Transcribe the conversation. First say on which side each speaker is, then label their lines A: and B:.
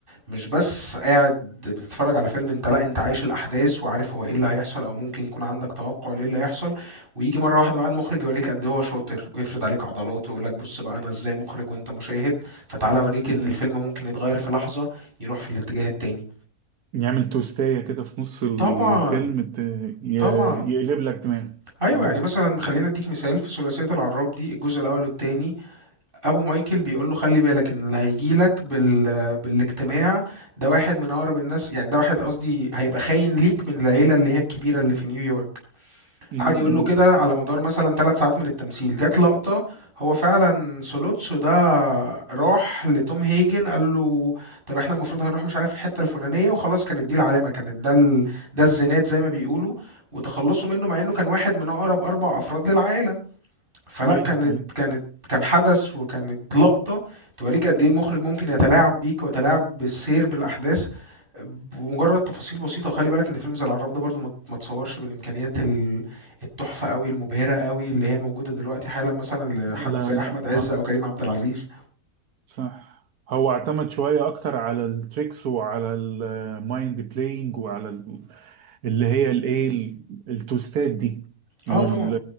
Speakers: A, on the right (about 35°); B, on the right (about 85°).
A: مش بس قاعد بتتفرج على فيلم أنت لا أنت عايش الأحداث وعارف هو إيه اللي هيحصل أو ممكن يكون عندك توقع لإيه اللي هيحصل ويجي مرة واحدة بقى المخرج يوريك قد إيه هو شاطر ويفرد عليك عضلاته ويقول لك بص بقى أنا إزاي مخرج وأنت مشاهد فتعالى أوريك
B: مم.
A: إن الفيلم ممكن يتغير في لحظة يروح في الاتجاه التاني
B: يعمل توستايه كده في نص الفيلم
A: طبعا
B: ت... ي...
A: طبعا
B: يقلب لك دماغك
A: ايوه
B: مم.
A: يعني مثلا خلينا اديك مثال في ثلاثيه العراب دي الجزء الاول والتاني ابو مايكل بيقول له خلي بالك ان اللي هيجي لك بال... بالاجتماع ده واحد من اقرب الناس يعني ده واحد قصدي هيبقى خاين ليك من العيله اللي هي الكبيره اللي في نيويورك
B: مم.
A: قعد يقول
B: مم.
A: له كده على مدار مثلا ثلاث ساعات من التمثيل جت لقطة هو فعلا سولوتسو ده راح لتوم هيجن قال له طب احنا المفروض هنروح مش عارف الحتة الفلانية وخلاص كانت دي العلامة كانت ده ال... ده الزناد زي ما بيقولوا وتخلصوا منه مع انه كان واحد من اقرب اربع افراد للعائلة فلا
B: ايوه
A: كانت
B: ايوه
A: كانت كان حدث وكانت لقطة توريك قد ايه المخرج ممكن يتلاعب بيك ويتلاعب بالسير بالأحداث بمجرد تفاصيل بسيطة وخلي بالك ان فيلم زي العراب ده برضو ما ت- ما اتصورش بالإمكانيات ال- التحفة قوي المبهرة قوي اللي هي موجودة دلوقتي حالا مثلا لحد
B: لا
A: زي أحمد
B: لا
A: عز
B: اه
A: أو كريم عبد العزيز
B: صح هو اعتمد شويه اكتر على التريكس وعلى المايند بلاينج وعلى اللي هي الايه ال- التوستات دي وال
A: اه طبعا